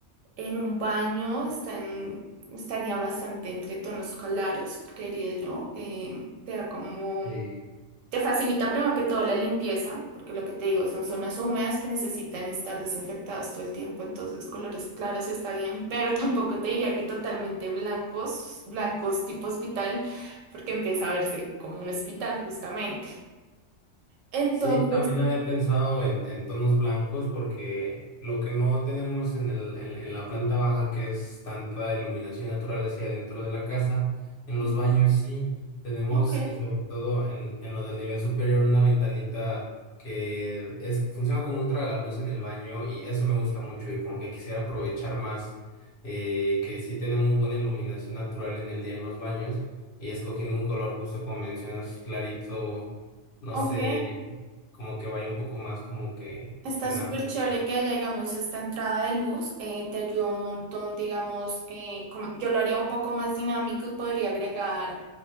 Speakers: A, on the right; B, on the left.
A: en un baño están, estaría bastante entre tonos claros, creería yo. Eh, te da como
B: Eh,
A: te facilita primero que todo la limpieza, porque lo que te digo son zonas húmedas que necesitan estar desinfectadas todo el tiempo, entonces colores claros está bien, pero <laughs> tampoco te diría que totalmente blancos, blancos tipo hospital, porque empieza a verse como un hospital justamente. Entonces,
B: Sí, también había pensado en, en tonos blancos porque lo que no tenemos en el, en, en la planta baja, que es tanta iluminación natural hacia adentro de la casa, en
A: Ujú.
B: los baños sí tenemos,
A: ok,
B: eh, sobre todo en, en lo del nivel superior, una ventanita que es, funciona como un tragaluz en el baño y eso me gusta mucho y como que quisiera aprovechar más eh, que sí tenemos buena iluminación natural en el día en los baños y escogiendo un color justo como mencionas, clarito. No
A: ok.
B: sé, como que vaya un poco más como que
A: Está
B: en
A: súper
B: armonía.
A: chévere que haya, digamos, esta entrada de luz, eh, te ayuda un montón, digamos, eh, como- yo lo haría un poco más dinámico y podría agregar